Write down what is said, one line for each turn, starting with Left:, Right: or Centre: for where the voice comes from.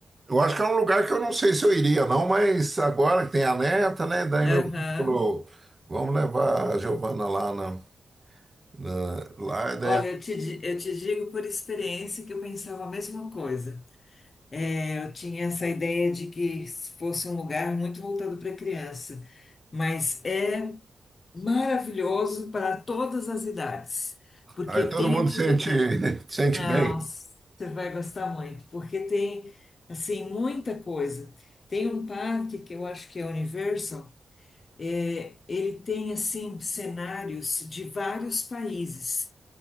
Right: eu acho que é um lugar que eu não sei se eu iria, não, mas agora que tem a neta, né? Daí meu
Left: aham.
Right: filho falou, vamos levar a Giovana lá na, na- lá, e daí,
Left: Olha, eu te, di- eu te digo por experiência que eu pensava a mesma coisa. É, Eu tinha essa ideia de que fosse um lugar muito voltado para criança, mas é maravilhoso para todas as idades, porque
Right: aí todo
Left: tem
Right: mundo
Left: atividade.
Right: sente, <laughs> sente
Left: Não,
Right: bem.
Left: você vai gostar muito, porque tem, assim, muita coisa. Tem um parque que eu acho que é Universal, é, ele tem, assim, cenários de vários países,